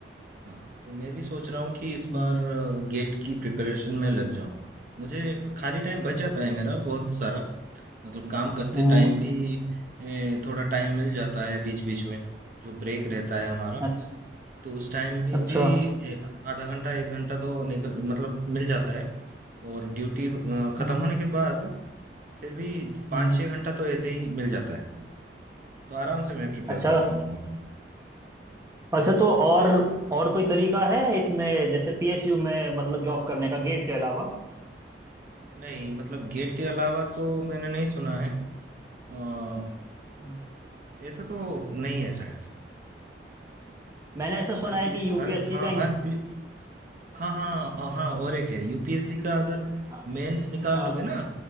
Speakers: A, on the right (about 45°); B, on the right (about 15°).
A: हाँ तो मैं भी सोच रहा हूँ कि इस
B: हम्म,
A: बार गेट की प्रिपरेशन में लग जाऊँ मुझे खाली टाइम बच जाता है मेरा बहुत सारा मतलब काम करते
B: हम्म
A: टाइम भी ए, थोड़ा टाइम मिल जाता है बीच बीच में जो ब्रेक रहता है हमारा
B: अच्छा
A: तो उस टाइम भी
B: अच्छा
A: भी ए, आधा घंटा एक घंटा तो निकल मतलब मिल जाता है और ड्यूटी खत्म
B: हम्म
A: होने के बाद फिर भी पाँच
B: हम्म,
A: छः घंटा तो ऐसे ही मिल जाता है तो आराम से मैं प्रिपेयर
B: अच्छा
A: कर पाऊंगा
B: अच्छा तो और और कोई तरीका है इसमें जैसे पीएसयू में मतलब जॉब करने का गेट के अलावा
A: नहीं मतलब गेट के अलावा तो मैंने नहीं सुना है अ,
B: हम्म।
A: ऐसा तो नहीं है शायद
B: मैंने ऐसा सुना
A: हर
B: है
A: पी-
B: कि
A: हर
B: यूपीएससी
A: हाँ
B: का इंज-
A: हर पी- हाँ हाँ हाँ हाँ, और एक है यूपीएससी का अगर
B: हाँ
A: मेंस निकाल
B: हाँ
A: लोगे ना